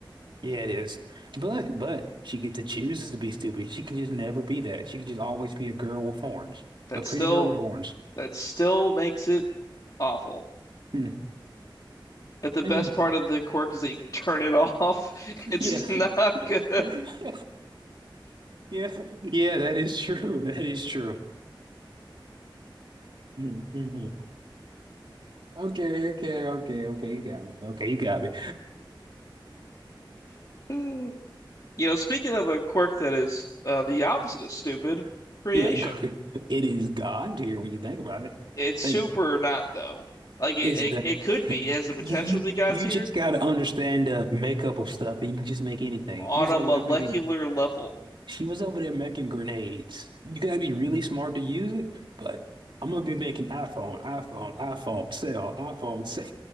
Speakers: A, on the right; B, on the left.
A: Yeah, it is. But but she gets to choose to be stupid. She can just never be that. She can just always be a girl with horns,
B: That
A: a pretty
B: still
A: girl with horns.
B: that still makes it awful.
A: Hmm.
B: If the
A: <laughs>
B: best part of the quirk is that you can turn it <laughs> off, it's
A: Yeah,
B: not good.
A: <laughs> Yeah, yeah, that is true. That is true. hmm Okay, okay, okay, okay. You got me. Okay, you got me.
B: <laughs> <laughs> You know, speaking of a quirk that is uh, the opposite of stupid, creation.
A: Yeah, g- it is God tier when you think about it.
B: It's super
A: Like,
B: not though. Like it,
A: it's
B: it,
A: the
B: it could be. It has the potential
A: you you,
B: to be God
A: you
B: tier
A: just got to understand the makeup of stuff, and you can just make anything.
B: on
A: She was
B: a
A: over
B: molecular
A: there making
B: level.
A: she was over there making grenades. You gotta be really smart to use it, but I'm gonna be making iPhone, iPhone, iPhone, sell, iPhone, sell.